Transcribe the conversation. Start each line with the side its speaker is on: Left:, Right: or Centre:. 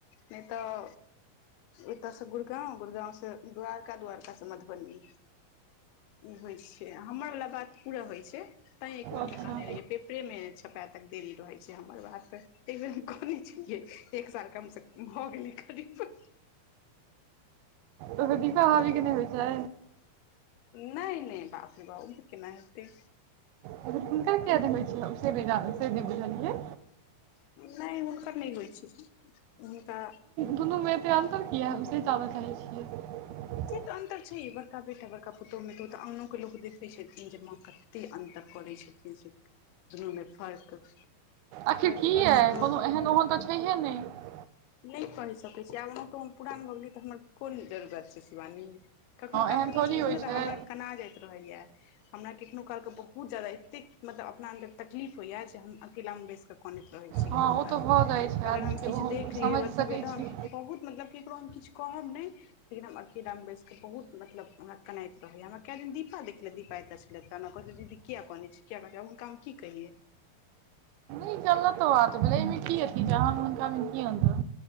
Left: नै तऽ एतयसे गुड़गाँव- गुड़गाँवस द्वारका- द्वारकास मधुबनी। इ होइ छैय हमर वला बात पुरा होइ छैय। तैं एक बेर हम
Right: अच्छा
Left: कहने रहैये पेपरे मे छपा तक देरी रहैय। हमर बात के एकदिन हम कहने छलियै एक साल कमस भऽ गेलै करीब।
Right: ओइबेर दिपावली के नै होय छै।
Left: नै नै बाप रे ओम्हर केना हेतैय।
Right: हुनका किया डेंगबैय छीयै ओ से नेऽ -से नै बुझलियै।
Left: ह नै हुनकर नै होइ छैय हुनका।
Right: दुनुमे एतेक अंतर किया, से जानऽ चाहैय छियैय हम।
Left: से तऽ अन्तर छैय बड़का बेटा बड़ा पुतहुमे तऽ ओ तऽ अंगनो के लोक देखैने छथिन जे माँ कऽ। एतेक अन्तर करैत छथिन जे दुनुमें फर्क।
Right: आखिर
Left: खर्च
Right: किया
Left: बर्चस लऽ
Right: कोनो एहन
Left: कऽ।
Right: ओहन तऽ छैहे नहि
Left: नै पढ़ि सकैय छीयै आब ओना तो हम पुरान भऽ गेलियै तऽ हमर कोन जरू बुझैय छै शिवानी कखनो काल
Right: एहन
Left: के
Right: थोड़ी
Left: सच पुछु
Right: होइ
Left: नतऽ
Right: छै
Left: हमरा कना जाइत रहैया। हमरा कखनो काल क बहुत जादा एते मतलब अपना अन्दर तकलीफ होइया जे हम अकेला में बैस कनैत रहैय छियै
Right: हँ
Left: कखनो
Right: ओ
Left: कालके,
Right: तऽ भऽ जाइ छै
Left: अगर
Right: आदमीके
Left: हम किछु
Right: ओ
Left: देख
Right: समझि
Left: लेब अथी
Right: सकै
Left: भेल तऽ
Right: छी
Left: हम बहुत मतलब ककरो हम किछु कमनै। लेकिन हम अकेला में बैसके बहुत मतलब हमरा कनैत रहैए, हमरा कए दिन दीपा देखलथि दीपाइत छलैथ तऽ हमरा कहैलथि दीदी किया कने छी, किया कने छी, हुनका हम की कहियै।
Right: इ गलत बात भेलैय एहिमे की अथी छैय आहा हुनकामे की अन्तर।